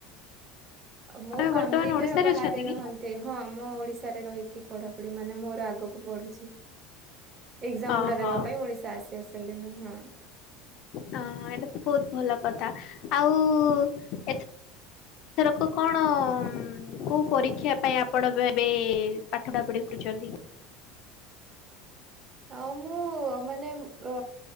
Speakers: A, on the right; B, on the left.
A: ମୋ
B: ଆପଣ
A: ଫାମିଲି
B: ବର୍ତ୍ତମାନ ଓଡିଶାରେ
A: ଟା ବାହାରେ
B: ଅଛନ୍ତି କି?
A: ରହନ୍ତି। ହଁ ମୁଁ ଓଡିଶାରେ ରହିକି ପଢାପଢି ମାନେ ମୋର ଆଗକୁ ପଢୁଛି। ଏକ୍ସାମ
B: ଓହୋ
A: ଗୁଡା ଦେବା ପାଇଁ ଓଡିଶା ଆସି ଆସିଲି ମୁଁ ହଁ।
B: ହ ଏଇଟା ତ ବହୁତ ଭଲ କଥା ଆଉ ଏ ରକ କଣ କୋଉ ପରୀକ୍ଷା ପାଇଁ ଆପଣ ଏବେ ପାଠଟା କୁ ଦେଖୁଛନ୍ତି
A: ହଁ ମୁଁ ମାନେ ଅ